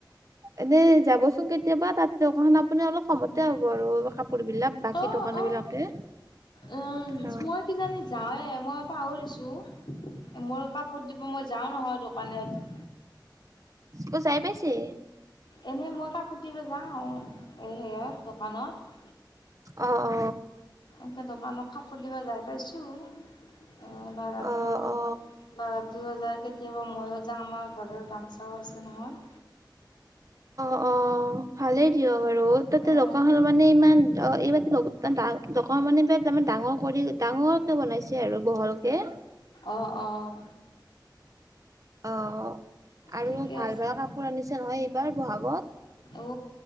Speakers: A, on the right; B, on the left.
A: এনেই যাবচোন কেট কেতিয়াবা তাত দোকান আপুনি অলপ কমতে হ'ব আৰু কাপোৰ বিলাক বাকী
B: অ',
A: দোকান
B: অ'।
A: বিলাকে।
B: উম
A: অ
B: মই কিজানি যাওঁৱে মই পাহৰিছো মোৰ কাপ কত দিব মই যাওঁ নহয় দোকানত
A: অ জাই পাইছে?
B: এনেই মই কাপোৰ দিব যাওঁ এ সেইয়া দোকানত।
A: অ অ
B: এনেকে দোকানক কাপোৰ দিব যাই পাইছো। উম ল'ৰাটো
A: অ অ
B: ল'ৰাটোৱও যায় কেতিয়াবা ময়ো যাওঁ আমাৰ ঘৰৰ ৰামচাও আছে নহয়।
A: অঁ ভালে দিয়া বাৰু তাতে
B: অ'।
A: দোকান মানে ইমান খি দাম দোকানৰ ডাঙৰ কৰি ডাঙৰকে বনাইছে আৰু বহলকে।
B: অঁ অঁ।
A: অঁ আৰু
B: ঠিকে
A: ভাল
B: আছে।
A: ভাল কাপোৰ আনিছে নহয় এইবাৰ বহাগত।
B: ঔ